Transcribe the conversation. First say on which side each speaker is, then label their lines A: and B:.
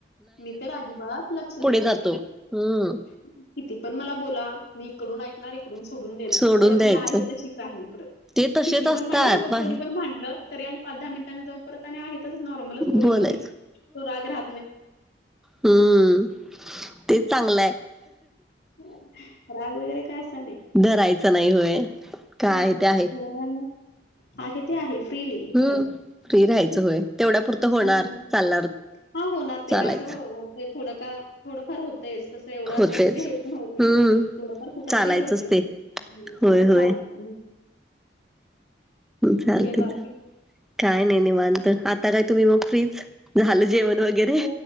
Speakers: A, on the left; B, in the centre.
A: मी तर अजिबात लक्ष देत
B: जातो
A: नाही.
B: हम्म
A: किती पण मला बोला मी इकडून ऐकणार इकडून सोडून देणार
B: सोडून
A: परत
B: द्यायचं
A: मी आहे तशीच आहे. परत
B: ते तसेच
A: किती
B: असतात
A: पण माझ्या सोबत
B: बाहेर
A: कोणी पण भांडलं. तरी आणि पाच दहा मिनिटांनी जाऊन परत आणि आहेतच नॉर्मलच बोलणार
B: बोलायचं
A: मी तो राग राह
B: हूं तेच चांगलंय.
A: राग वगैरे काय असा नाही.
B: धरायचं नाही होय काय
A: हा हा
B: आहे ते आहे
A: थोड्या वेळाने आहे ते आहे. फ्रीली एकदम.
B: हम्म, फ्री राहायचं होय तेवढ्या पुुरतं होणार
A: हो.
B: चालणार
A: हा होणार ते
B: चालायचं
A: का असं होत थोडं का थोडंफार होतयच तसं एवढं
B: होतेच
A: असं म्हणजे हे होत नाही.
B: हम्म
A: थोडंफार कुठं
B: चालायचंच
A: तरी होतय
B: ते
A: तेवढं
B: होय होय
A: चालतय
B: चालते
A: काय बाकी?
B: चाल काय नाही, निवांत आता काय तुम्ही मग फ्रीच? झालं जेवण वगैरे
A: हो